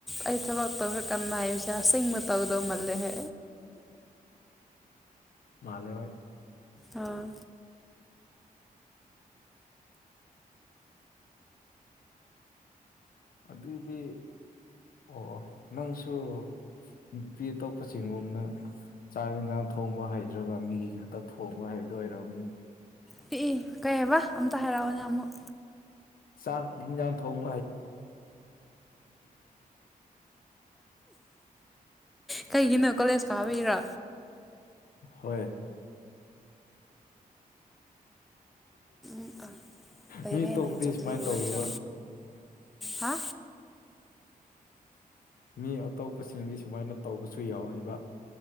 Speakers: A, in the centre; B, on the left (about 70°).
A: ꯑꯩ ꯊꯕꯛ ꯇꯧꯔ ꯀꯟꯅ ꯍꯥꯏꯕꯁꯦ ꯑꯁꯦꯡꯕ ꯇꯧꯗꯧꯃꯜꯂꯦꯍꯦ
B: ꯃꯥꯜ ꯍ
A: ꯑꯣ
B: ꯑꯗꯨꯗꯗꯤ ꯑꯣ ꯑꯣ ꯅꯪꯁꯨ ꯅꯨꯄꯤ ꯑꯇꯣꯞꯄ ꯆꯤꯡꯒꯣꯝꯅ ꯆꯥꯛ ꯌꯦꯟꯁꯥꯡ ꯊꯣꯡꯕ ꯍꯩꯗ꯭ꯔꯒ ꯃꯤꯒꯤ ꯈꯛꯇ ꯊꯣꯡꯕ ꯍꯕꯗꯨꯣ ꯑꯣꯏꯔꯝꯅꯤ
A: ꯄꯤꯛꯏ ꯀꯩ ꯍꯥꯏꯕ ꯑꯝꯇ ꯍꯥꯏꯔꯛꯑꯣꯅꯦ ꯑꯃꯨꯛ
B: ꯁꯥꯔ ꯊꯣꯡ
A: ꯀꯩꯒꯤꯅꯣ ꯀꯣꯂꯦꯖ ꯀꯥꯕꯩꯔꯥ
B: ꯍꯣꯏ
A: ꯎ ꯑꯥ ꯄꯩꯔ
B: ꯃꯤ ꯑꯇꯣꯞꯄꯗꯤ
A: ꯍꯦꯟꯅ ꯌꯦꯡ ꯆ
B: ꯁꯨꯃꯥꯏꯅ
A: ꯑꯗꯨꯗꯤ ꯍꯦꯟꯅꯟꯗ꯭ꯔꯣ
B: ꯇꯧꯋꯦꯕ
A: ꯍꯥ
B: ꯃꯤ ꯑꯇꯣꯞꯄꯁꯤꯡꯗꯤ ꯁꯨꯃꯥꯏꯅ ꯇꯧꯕꯁꯨ ꯌꯥꯎꯋꯕ